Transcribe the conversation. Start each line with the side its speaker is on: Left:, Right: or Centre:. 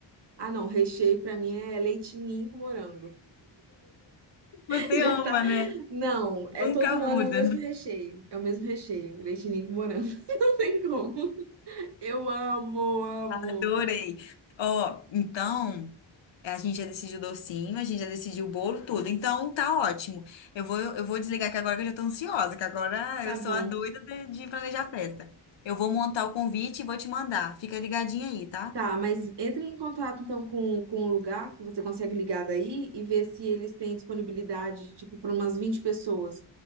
Right: Ah, não, recheio pra mim é leite ninho com morango.
Left: Você
Right: <laughs> Já
Left: ama,
Right: tá.
Left: né?
Right: Não, é
Left: Nunca
Right: todo
Left: muda.
Right: ano o mesmo recheio. É o mesmo recheio, leitinho com morango. <laughs> Não tem como. Eu amo, amo.
Left: <laughs> Adorei. Ó, então a gente já decidiu o docinho, a gente já decidiu o bolo, tudo. Então tá ótimo. Eu vou, eu vou desligar que agora que eu já tô ansiosa, que agora
Right: Tá
Left: eu sou
Right: bom.
Left: a doida de, de planejar a festa. Eu vou montar o convite e vou te mandar. Fica ligadinha aí, tá?
Right: Tá, mas entre em contato então com, com o lugar que você consegue ligar daí e ver se eles têm disponibilidade, tipo, para umas 20 pessoas.